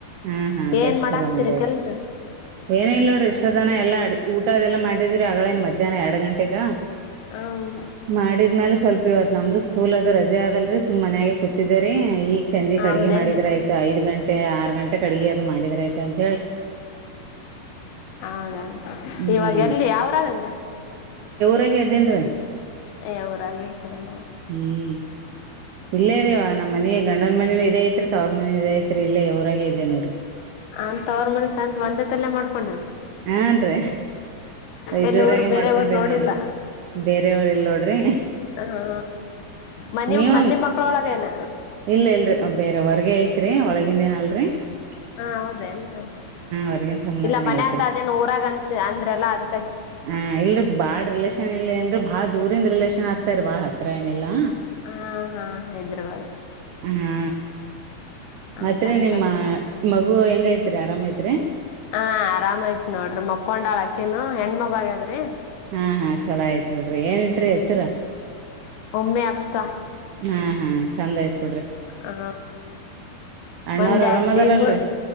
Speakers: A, on the right; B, on the left.
A: ಹಾ ಹಾ ಬೆಸ್
B: ಏನ್ ಮಾಡಾಕತ್ತೀರಿ
A: ಚಲೋ ಮಾಡ್ಯರಿ
B: ಕೆಲ್ಸ
A: ಏನ ಇಲ್ ನೋಡ್ರಿ ಇಷ್ಟತನ ಎಲ್ಲಾ ಅಡಿಗೆ ಊಟ ಅದೆಲ್ಲ ಮಾಡಿದ್ರಿ ಅಗಳೇನ್ ಮಧ್ಯಾಹ್ನ ಎರಡು ಗಂಟೆಕ್
B: ಹ್ಮ್
A: ಮಾಡಿದ್ಮೇಲ ಸ್ವಲ್ಪ ಇವತ್ ನಮ್ದು ಸ್ಕೂಲ್ ಅದು ರಜೆ ಅದಲ್ರಿ ಸುಮ್ಮ್ ಮನ್ಯಾಗೆ ಕೂತಿದ್ದರಿ ಈಗ ಸಂಜಕ್
B: ಹೌದೇನ್ರಿ
A: ಅಡುಗೆ ಮಾಡಿದ್ರ ಆಯ್ತು ಐದು ಗಂಟೆ ಆರು ಗಂಟೆ. ಕಡೆಗೆ ಅಡುಗೆ ಅದು ಮಾಡಿದ ಆಯ್ತಂತ
B: ಹೌದ
A: ಹ್ಮ್
B: ಇವಾಗ ಎಲ್ಲಿ ಯಾವ್ರಾಗದ್ರೆ
A: ರಗೆ ಇದ್ದೇನ್ರೀ
B: ಅಯ ಅವರಾಗಿರ್ತಾರೆ
A: ಹ್ಮ್ ಇಲ್ಲೇದಿವ ನಮ್ಮ್ ಮನಿ ಗಂಡನ ಮನ ಇದೆ ಐತ್ರಿ ತವರ ಮನ ಇದ ಐತ್ರಿ ಇಲ್ಲೇ ಇವ್ರಾಗ ಇದೇ ನೋಡ್ರಿ
B: ಅತ್ ಅವ್ರ ಮಂದ ಸ್ತ್ ಒಂದೇತ್ತಲ್ಲ ಮಾಡ್ಕೊಂಡ್ರಿ
A: ಹನ್ರಿ ಇದ್ದುರಾಗ
B: ಎಲ್ಲಿ ಊರ್ ಬೇರೆ
A: ಮಾಡ್ಕೊಂಡೇವ
B: ಊರ್ ನೋಡಿಲ್ಲ
A: ನೋಡ್ರಿ ಬೇರೆ ಊರು ಇಲ್ ನೋಡ್ರಿ
B: ಹ ಮನಿ
A: ನೀವ
B: ಮಂದಿ ಮಕ್ಳೊಳಗೇನ
A: ಇಲ್ಲ ಇಲ್ರಿ ಬೇರೆ ಹೊರ್ಗೆ ಐತ್ರಿ ಒಳಗ ಇಂದೇ ನಲ್ರಿೀ <unintelligible>
B: ಹಾ ಹೌದೇನ ರೀ
A: ಹೊರ್ಗಿನ್ ಸಂಬಂಧನೇ
B: ಇಲ್ಲ ಮನ
A: ಐತ್ರಿ
B: ಅಂದ ಅದೇನು ಊರಾಗಂತ ಅಂದ್ರೆಲ್ಲ ಅದ್
A: ಹ ಇಲ್ ಬಾಳ್ ರಿಲೇಷನ್ ಇಲ್ಲ ಏನ್ರಿ ಬಾಳ್ ದೂರಿಂದ್ ರಿಲೇಷನ್ ಆಗ್ತರಿ ಬಾಳ್ ಹತ್ರ ಏನಿಲ್ಲಾ
B: ಹಾ ಹಾ ಹೈದ್ರಾಬಾದ
A: ಹಾ
B: ಹಂಗಂದ್ರ
A: ಮತ್ತೆ ನಿಮ್ಮ ಮಗು ಹೆಂಗೈತ್ರಿ ಆರಾಮ ಐತ್ರಿ
B: ಹ ಆರಾಮಾಯ್ತ್ ನೋಡ್ರಿ ಮಕ್ಕೊಂಡಾಳ ಅಕ್ಕನು ಹೆಣ್ಮಗಗದ್ರಿ
A: ಹಾ ಹಾ ಚಲೋ ಆಯ್ತ್ ಬಿಡ್ರಿ ಏನಿದ್ರೂ ಹೆಸರ
B: ಒಮ್ಮೆ ಅಪ್ಸಾ
A: ಹಾ ಹಾ ಚಂದ ಆಯ್ತ
B: ಹ
A: ಅಣ್ಣವ್ರ
B: ಒಂದ್ ಯ್ಶಾಡ್
A: ಆರಾಮದಾರಲ್ರರಿ
B: ತಿಂಗುಳ್